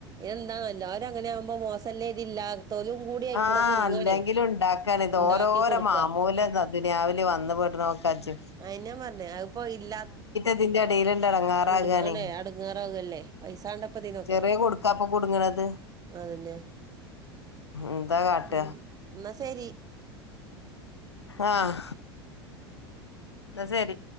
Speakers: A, on the right (about 25°); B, on the left (about 85°).
A: എന്താ, എല്ലാരും അങ്ങനെയാവുമ്പോ മോശമല്ലേകർതി, ഇല്ലാ ത്തോലും കൂടി അയിക്കൂടെ
B: ആഹ്.
A: കുടുങ്ങാണേ
B: ഇല്ലെങ്കിലും ഇണ്ടാക്കണ് ഇത്
A: ഇണ്ടാക്കി
B: ഓരോരോ
A: കൊടുക്ക
B: മാമൂല ദുനിയാവില് വന്നുപെടുന്നു ക്ക ഇജ്ജ്
A: അഹേന്നെ ഞാൻ പറഞ്ഞേ. അതിപ്പോ ഇല്ലാത്തോ
B: ഇതിന്റെ എടേല്ണ്ട് എടങ്ങേറാകാണേ
A: കുടുങ്ങും താണ് അടങ്ങാറാവല്ലേ. പൈസ വണ്ടേ ഇപ്പം ഇതിനൊക്കെ.
B: ചെറിയ കുടുക്കാപ്പൊ കുടുങ്ങണത്
A: അതന്നെ
B: എന്താ കാട്ട
A: ഉം എന്നാ ശരി.
B: ആഹ്. എന്നാ ശരി